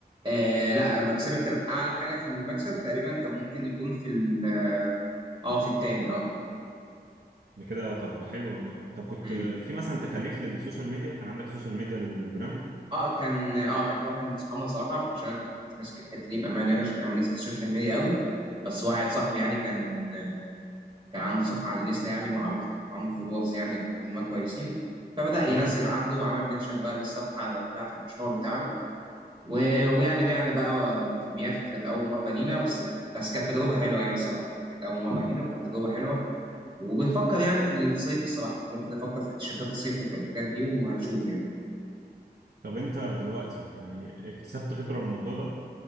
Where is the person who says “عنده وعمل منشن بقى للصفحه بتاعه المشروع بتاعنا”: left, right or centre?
Right